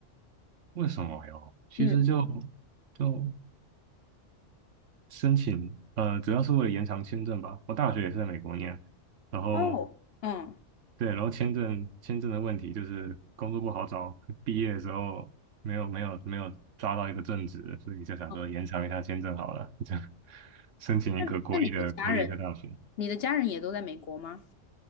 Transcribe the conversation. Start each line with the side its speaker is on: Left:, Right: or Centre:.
Right: 为什么哟？其实就
Left: 嗯，
Right: 就申请，呃，主要是为了延长签证吧。我大学也是在美国念，然后
Left: 哦，嗯，
Right: 对，然后签证签证的问题就是工作不好找，<laughs> 毕业的时候没有没有没有抓到一个正职，所以就想说延长一下签证好了，
Left: 嗯，
Right: <laughs> 这申请一个国立的国立的大学。
Left: 那那你的家人，你的家人也都在美国吗？